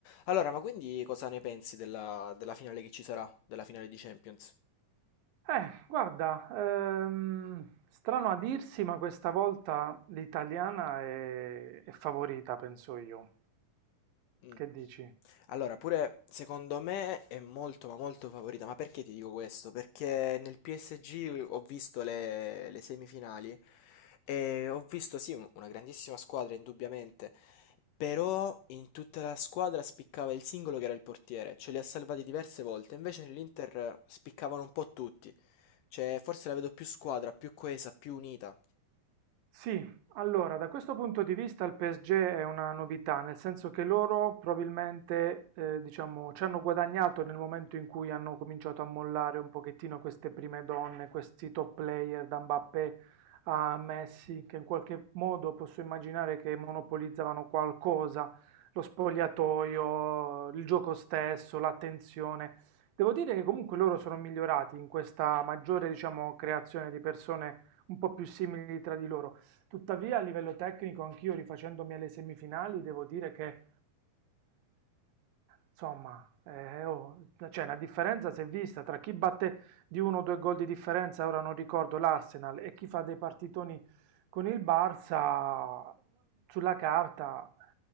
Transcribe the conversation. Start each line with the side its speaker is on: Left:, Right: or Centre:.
Left: Allora, ma quindi cosa ne pensi della, della finale che ci sarà? Della finale di Champions?
Right: Eh, guarda, ehm, strano a dirsi, ma questa volta l'italiana è, è favorita, penso io.
Left: Mm.
Right: Che dici?
Left: Allora, pure secondo me è molto ma molto favorita, ma perché ti dico questo? Perché nel PSG ho visto le, le semifinali e ho visto sì un- una grandissima squadra indubbiamente, però in tutta la squadra spiccava il singolo che era il portiere, ce li ha salvati diverse volte, invece nell'Inter eh, spiccavano un po' tutti, cioè forse la vedo più squadra, più coesa, più unita.
Right: Sì, allora da questo punto di vista il PSG è una novità, nel senso che loro probabilmente eh, diciamo, ci hanno guadagnato nel momento in cui hanno cominciato a mollare un pochettino queste prime donne, questi top player da Mbappé a Messi, che in qualche modo posso immaginare che monopolizzavano qualcosa, lo spogliatoio, il gioco stesso, l'attenzione. Devo dire che comunque loro sono migliorati in questa maggiore diciamo, creazione di persone un po' più simili tra di loro. Tuttavia, a livello tecnico, anch'io rifacendomi alle semifinali, devo dire che, eh, insomma, eh, oh, cioè, una differenza si è vista tra chi batte di uno o due gol di differenza, ora non ricordo, l'Arsenal, e chi fa dei partitoni con il Barça, sulla carta,